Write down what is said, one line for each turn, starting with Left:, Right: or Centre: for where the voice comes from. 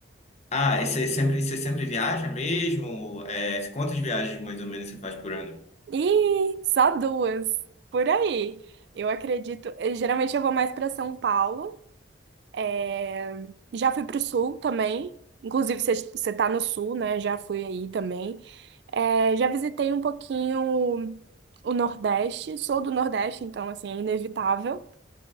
Left: Ah, e você sempre, você sempre viaja mesmo? É, quantas viagens mais ou menos você faz por ano?
Right: Ih, só duas. Por aí. Eu acredito. eh, Geralmente eu vou mais para São Paulo. É, Já fui pro sul também. Inclusive, você você tá no sul, né? Já fui aí também. É, já visitei um pouquinho o Nordeste. Sou do Nordeste, então, assim, é inevitável.